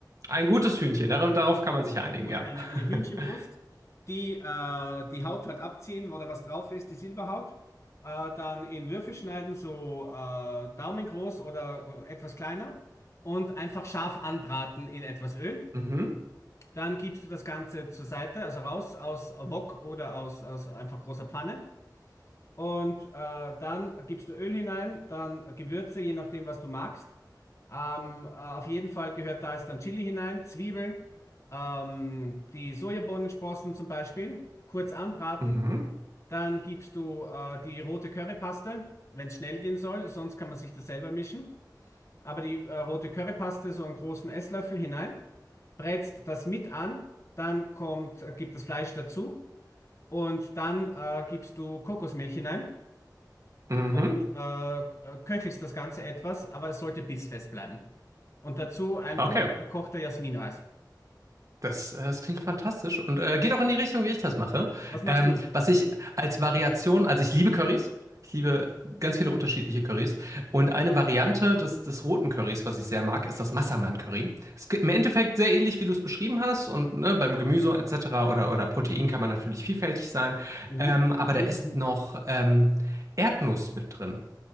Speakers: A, on the right; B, on the left.
A: ein gutes Hühnchen, dar- darauf kann man sich einigen,
B: und
A: ja.
B: eine, eine Hühnchenbrust,
A: <laughs>
B: die äh, die Haut halt abziehen, wo da was drauf ist, die Silberhaut, äh, dann in Würfel schneiden, so äh, daumengroß oder äh, etwas kleiner und einfach scharf anbraten in etwas Öl.
A: Mhm.
B: Dann gibst du das Ganze zur Seite, also raus aus Wok oder aus, aus einfach großer Pfanne. Und äh, dann gibst du Öl hinein, dann Gewürze, je nachdem, was du magst. Ähm, äh, auf jeden Fall gehört da jetzt dann Chili hinein, Zwiebeln, ähm, die Sojabohnensprossen zum Beispiel, kurz anbraten.
A: Mhm.
B: Dann gibst du äh, die rote Currypaste, wenn es schnell gehen soll, sonst kann man sich das selber mischen. Aber die äh, rote Currypaste, so einen großen Esslöffel hinein, brätst das mit an, dann kommt, äh, gibt das Fleisch dazu und dann äh, gibst du Kokosmilch hinein
A: Mhm.
B: und äh, äh, köchelst das Ganze etwas, aber es sollte bissfest bleiben. Und dazu ein
A: Okay.
B: gut gekochter Jasminreis.
A: Das, äh, das klingt fantastisch und äh, geht auch in die Richtung, wie ich das mache.
B: Was machst
A: Ähm,
B: du?
A: was ich als Variation, also ich liebe Currys, ich liebe ganz viele unterschiedliche Currys. Und eine Variante des, des roten Currys, was ich sehr mag, ist das Massaman-Curry. Ist ge- im Endeffekt sehr ähnlich, wie du es beschrieben hast. Und ne, beim Gemüse etc. oder, oder Protein kann man natürlich vielfältig sein.
B: Mhm.
A: Ähm, aber
B: Linsen.
A: da ist noch ähm, Erdnuss mit drin.